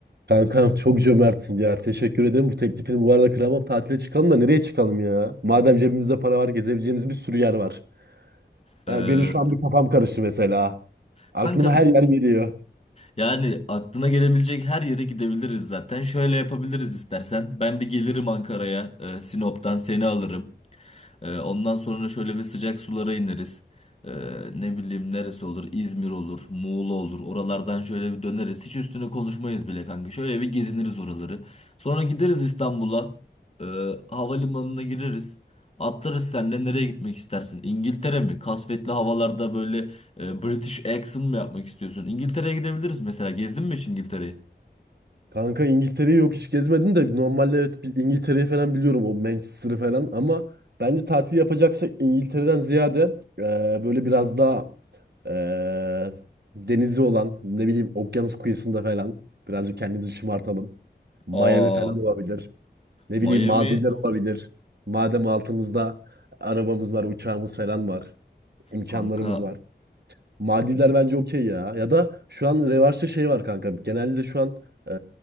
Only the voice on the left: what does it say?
Ee,
kankan
yani aklına gelebilecek her yere gidebiliriz zaten. Şöyle yapabiliriz istersen. Ben bir gelirim Ankara'ya, e, Sinop'tan seni alırım. Ee, ondan sonra şöyle bir sıcak sulara ineriz. Ee, ne bileyim neresi olur? İzmir olur, Muğla olur. Oralardan şöyle bir döneriz. Hiç üstüne konuşmayız bile kanka. Şöyle bir geziniriz oraları. Sonra gideriz İstanbul'a. Ee, havalimanına gireriz. Atlarız senle nereye gitmek istersin? İngiltere mi? Kasvetli havalarda böyle e, British accent mı yapmak istiyorsun? İngiltere'ye gidebiliriz mesela. Gezdin mi hiç İngiltere'yi?
Aa,
Miami.
Kanka